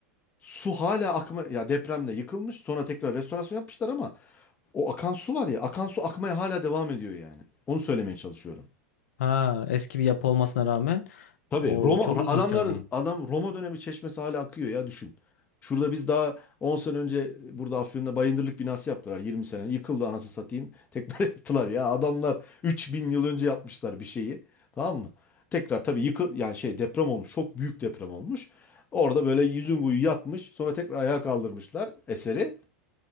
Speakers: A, on the left (about 20°); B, on the left (about 75°).
A: Su hala akma ya depremde yıkılmış sonra tekrar restorasyon yapmışlar ama o akan su var ya akan su akmaya hala devam ediyor yani. Onu söylemeye çalışıyorum.
B: Ha eski bir yapı olmasına rağmen
A: Tabii
B: o
A: Roma
B: çok ilginç
A: adamların
B: abi.
A: adam Roma dönemi çeşmesi hala akıyor ya düşün. Şurada biz daha 10 sene önce burada Afyon'da Bayındırlık binası yaptılar 20 sene. Yıkıldı anasını satayım. <laughs> Tekrar yaptılar ya adamlar 3000 yıl önce yapmışlar bir şeyi. Tamam mı? Tekrar tabii yıkı yani şey deprem olmuş. Çok büyük deprem olmuş. Orada böyle yüzün kuyu yatmış. Sonra tekrar ayağa kaldırmışlar eseri.